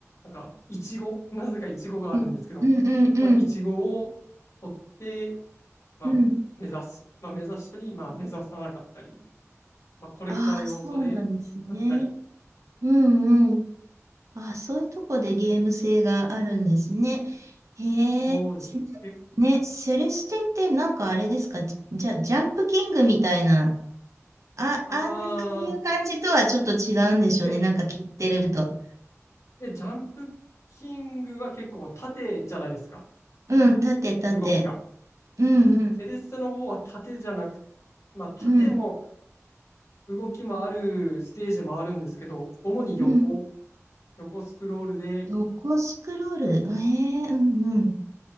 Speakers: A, on the left (about 65°); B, on the right (about 70°).
A: んか、イチゴ、なぜかイチゴがあるんですけど、
B: うん、うん、うん、うん。
A: まあ、イチゴを取って、まあ、
B: うん
A: 目指す。まあ、目指したり、まあ、目指さなかったり、まあ、コレクター要素で、
B: ああ、そうなんですね。
A: だったり、
B: うん、うん。ああ、そういうとこでゲーム性があるんですね。へえ、
A: そうですね。
B: せ
A: 結
B: ね、セレステってなんかあれですか、じゃ、ジャンプキングみたいなあ、
A: 構、
B: あん、そういう感じとはちょっと違うんでしょうね。
A: あー、いえ、
B: なんか切ってると。
A: いえ、ジャンプキングは結構縦じゃないですか、
B: うん、縦、縦。
A: 動きが。
B: うんうん、
A: セレッセの方は縦じゃなく、まあ、縦も
B: うん、
A: 動きもあるステージもあるんですけど、主に横、
B: うん。
A: 横スクロールで
B: 横スクロール。ええうんうん。